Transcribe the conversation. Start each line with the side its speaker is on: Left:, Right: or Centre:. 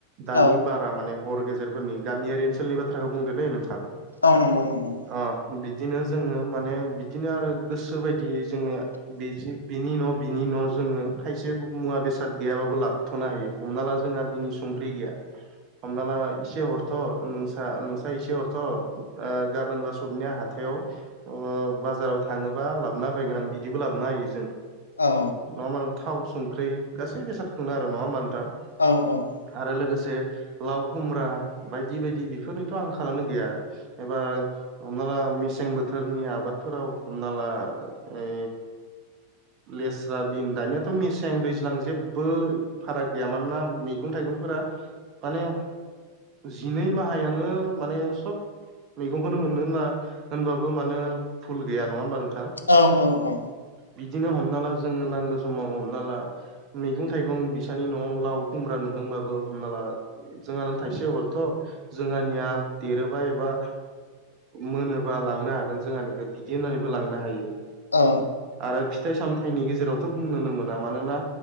Right: दानि
Left: औ
Right: बारा माने हर गेजेरफोरनि गामियारि ओनसोलनि बाथ्राखौ बुंद नै नोंथां।
Left: औ नंगौ नंगौ।
Right: अ बिदिनो जोङो माने। बिदिनो आरो गोसो बायदियै जोङो बे बेनि उन' बिनि उन'ाव जोङो खायसे मुवा बेसाद गैयाबाबो लाबथ'नो हायो हमना ला जोंहा दिनै संख्रि गैया। अमला इसे ह थ' न नोंसा एसे हरथ' गाबोनबा सबनिया हाथायाव अ बाजाराव थाङोबा लाबोना हो फैगोन आं बिदिबो लाबोन होयो जों
Left: औ।
Right: नङा मानो थाव संख्रि गासै बेसादखौनो आरो नङा होमबानो दा
Left: औ औ।
Right: आरो लोगोसे लाव खुमब्रा बायदि बायदि बेफोरनोथ' आं खालामनो गैया। एबा हमना ला मेसें बोथोरनि आबादफोराव हमना ला ओ लेस्रा बिन दानियाथ' मेसें दैज्लां जेबो फाराग गैया मानोना मैगं थाइगंफोरा माने जिनै माहायानो माने सब मैगंखौनो मोनगोना होनबाबो मानो फुल गैया नङा होमबा नोंथां
Left: औ औ औ
Right: बिदिनो हमना ला जोङो नांगौ समाव हमना ला मैगं थाइगं बिसानि न'आव लाव खुमब्रा नुदोंबाबो हमना ला जोंहानो थाइसे हर थ' जोंहानिया देरोबा एबा मोनोबा लांनो हागोन जोंहानिखौ बिदि होननानैबो लांनो हायो
Left: औ
Right: आरो फिथाइ सामथाइनि गेजेरावथ' बुंनोनो मोना मानोना